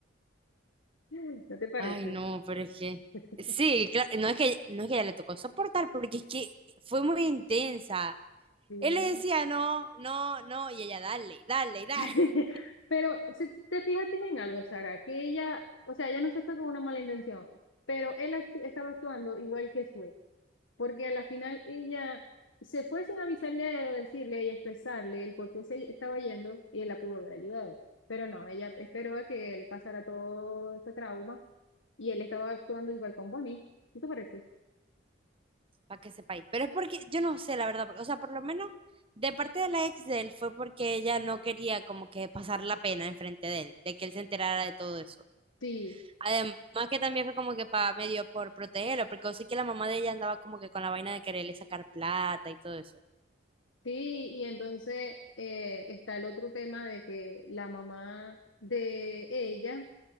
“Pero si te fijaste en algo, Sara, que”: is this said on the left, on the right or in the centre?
Left